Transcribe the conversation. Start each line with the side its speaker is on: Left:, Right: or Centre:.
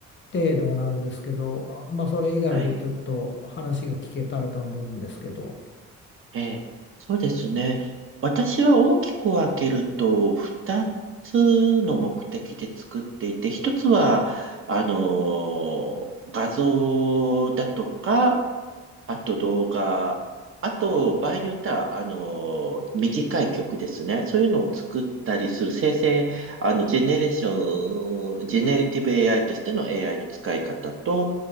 Left: 程度なんですけど、あまあ、それ以外でちょっと話が聞けたらと思うんですけど。
Right: はい、ええ、そうですね。私は大きく分けると、二つの目的で作っていて、一つは、あの、画像だとか、あと動画、あと場合によっては、あの、短い曲ですね。そういうのを作ったりする生成、あの、ジェネレーション、ジェネリティブ AI としての AI の使い方と、